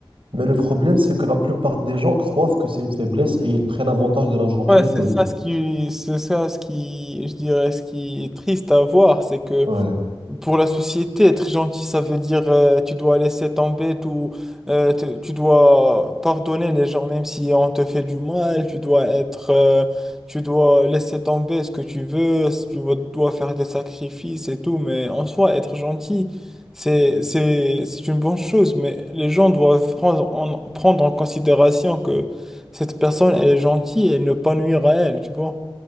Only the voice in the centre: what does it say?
Ouais, c'est
ça
ce qui, c'est ça ce qui, je dirais, ce qui est triste à voir, c'est que
Pour la société, être gentil, ça veut dire euh, tu dois laisser tomber tout, euh, te- tu dois pardonner les gens même si on te fait du mal, tu dois être, euh, tu dois laisser tomber ce que tu veux, si tu veux- dois faire des sacrifices et tout, mais en soi, être gentil, c'est, c'est, c'est une bonne chose, mais les gens doivent prendre en, prendre en considération que cette personne, elle est gentille et ne pas nuire à elle, tu vois.